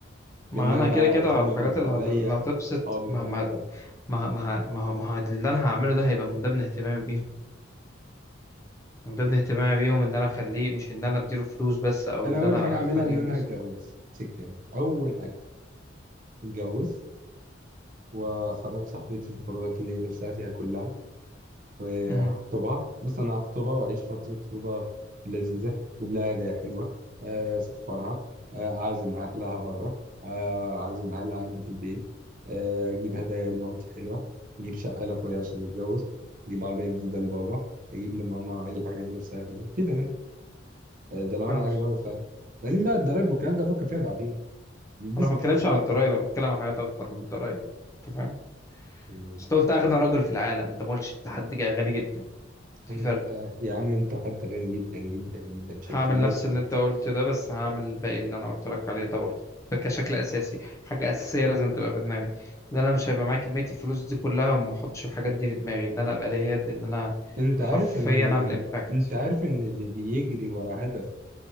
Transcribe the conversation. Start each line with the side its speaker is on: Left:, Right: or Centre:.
Right: بان
Left: ما
Right: انا
Left: أنا
Right: بقى
Left: كده كده
Right: اهتم
Left: على الحاجات
Right: باللي
Left: اللي,
Right: حواليا
Left: هت... اللي هتبسط
Right: اصحابي
Left: ما...
Right: والكلام
Left: ما
Right: ده
Left: ما ه- ما ه- ما ه- ما ه- اللي انا هعمله ده هيبقى من ضمن اهتمامي بيهم من ضمن اهتمامي بيهم ان انا اخليه مش ان انا اديله فلوس بس او
Right: انا
Left: ان
Right: اول
Left: انا
Right: حاجه اعملها
Left: اخليه
Right: ان
Left: ينبسط
Right: انا هتجوز سكه يعني اول حاجه اتجوز واخرج صاحبتي في القرارات اللي هي نفسها فيها كلها وهخطبها
Left: مهم.
Right: بص انا هخطبها واعيش فتره خطوبه لذيذه اجيب لها هدايا حلوه آه، اسفرها آه، اعزم اهلها بره آه، اعزم اهلها عندي في البيت آه، اجيب هدايا لمامتي حلوه اجيب شقه لاخويا عشان يتجوز اجيب عربيه جديده لبابا اجيب لماما اي حاجه هي نفسها فيها كده يعني آه، ده لو
Left: فاهم
Right: انا اجي اعرف لازم بقى الضرايب والكلام ده افكر فيها بعدين بس
Left: انا ما
Right: بفلوس
Left: بتكلمش
Right: الأول.
Left: على الضرايب انا بتكلم عن حاجات اكبر من الضرايب انت فاهم
Right: مم.
Left: بس انت قلت اغنى رجل في العالم انت ما قلتش انت حد جاي غني جدا في
Right: انت
Left: فرق
Right: يا عم انت حد غني جدا جدا جدا بشكل
Left: هعمل
Right: مفرط
Left: نفس اللي انت قلته ده بس هعمل الباقي اللي انا قلت لك عليه ده برضه ده كشكل اساسي حاجه اساسيه لازم تبقى في دماغي ان انا مش هيبقى معايا كميه الفلوس دي كلها وما احطش الحاجات دي في دماغي ان انا ابقى ليا يد ان انا
Right: انت عارف
Left: حرفيا
Right: ان
Left: اعمل امباكت
Right: انت عارف ان اللي بيجري ورا هدف